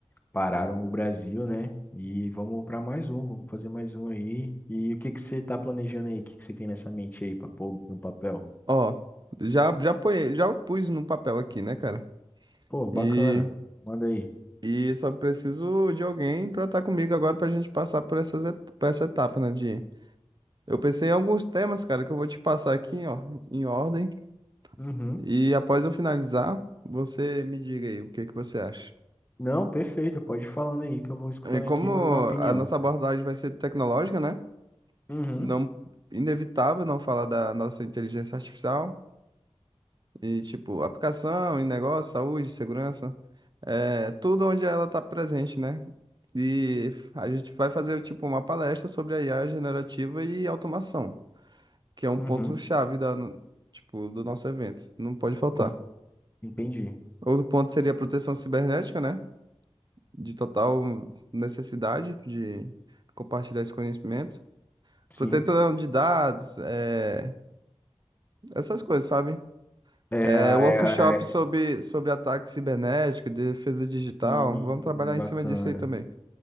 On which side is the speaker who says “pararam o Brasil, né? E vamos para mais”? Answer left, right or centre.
Left